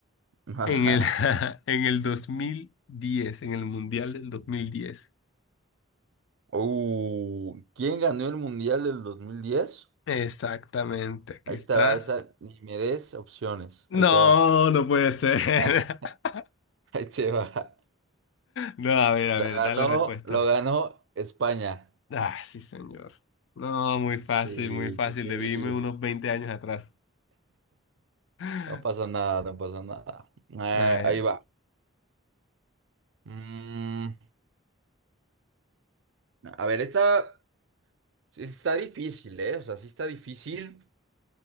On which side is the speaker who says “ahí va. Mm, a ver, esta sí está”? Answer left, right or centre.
Right